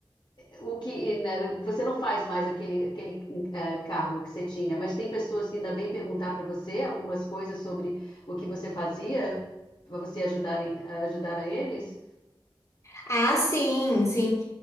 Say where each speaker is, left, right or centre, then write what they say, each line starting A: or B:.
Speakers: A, on the left (about 55°); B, on the left (about 35°).
A: o que, né, você não faz mais aquele, aquele eh, cargo que você tinha, mas tem pessoas que ainda vêm perguntar para você algumas coisas sobre o que você fazia para você ajudar, em- ajudar a eles?
B: Ah, sim, sim.